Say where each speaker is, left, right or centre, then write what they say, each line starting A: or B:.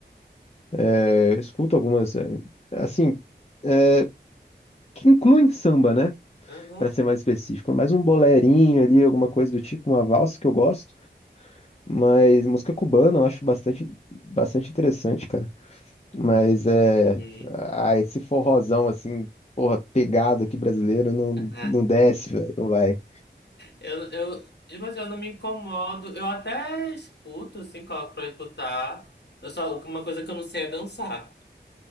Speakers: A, on the left; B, on the left.
A: É, eu escuto algumas, é, assim, eh, que incluem samba, né?
B: Aham.
A: Pra ser mais específico. Mais um bolerinho ali, alguma coisa do tipo, uma valsa que eu gosto. Mas música cubana eu acho bastante, bastante interessante, cara. Mas é.
B: Uhum.
A: Ah, esse forrozão assim, porra, pegado aqui brasileiro, não,
B: <laughs>
A: não desce, velho, não vai.
B: Eu, eu, mas eu não me incomodo. Eu até escuto, assim, coloco pra escutar. Eu só, uma coisa que eu não sei é dançar.